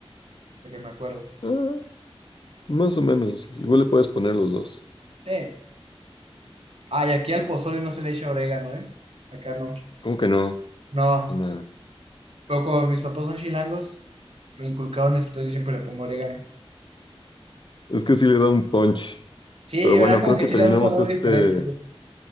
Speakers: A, on the right; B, on the left.
A: de que me acuerdo.
B: Ah, más o menos, igual le puedes poner los dos.
A: Sí. Ay, aquí al pozole no se le echa orégano, ¿eh? Acá no.
B: ¿Cómo que no?
A: No,
B: No ma-
A: pero como mis papás son chilangos, me inculcaron eso, entonces yo siempre le pongo orégano.
B: Es que sí le da un punch.
A: Sí,
B: Pero bueno,
A: ¿verdad? Como
B: creo
A: que
B: que
A: sí
B: terminamos
A: le da un sabor
B: este...
A: diferente.